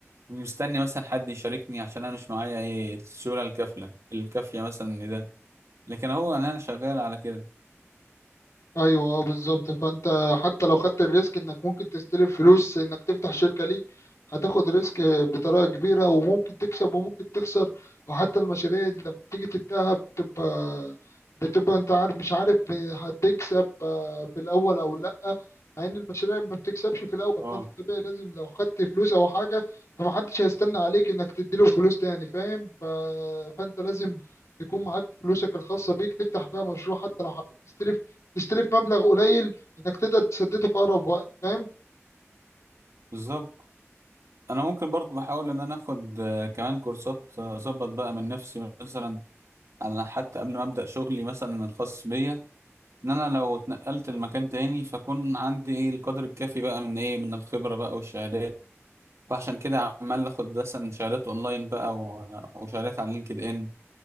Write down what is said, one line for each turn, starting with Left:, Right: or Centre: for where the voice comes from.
Right: مستني مثلا حد يشاركني عشان انا مش معايا ايه السيولة الكافلة الكافية مثلا لده لكن هو انا أنا شغال على كده
Left: ايوه اه بالظبط فانت حتى لو خدت الريسك انك ممكن تستلف فلوس انك تفتح شركه ليك هتاخد ريسك بطريقه كبيره وممكن تكسب وممكن تخسر وحتى المشاريع اللي لما تيجي تبداها بتبقى بتبقى انت عارف مش عارف هتكسب آه، في الاول او لا مع ان المشاريع ما بتكسبش في الاول
Right: اه
Left: فانت طبيعي لازم لو خدت فلوس او حاجه فمحدش هيستنى عليك انك تديله فلوس تاني فاهم ف... فانت لازم يكون معاك فلوسك الخاصة بيك تفتح بيها مشروع حتى لو حبيت تستلف تستلف مبلغ قليل انك تقدر تسدده في اقرب وقت فاهم
Right: بالظبط انا ممكن برضو بحاول ان انا اخد آه، كمان كورسات آه، اظبط بقى من نفسي مثلا على حتى قبل ما ابدا شغلي مثلا الخاص بيا ان انا لو اتنقلت لمكان تاني فاكون عندي ايه القدر الكافي بقى من ايه من الخبره بقى والشهادات فعشان كده عمال اخد مثلا شهادات اونلاين بقى و- وشهادات على لينكد ان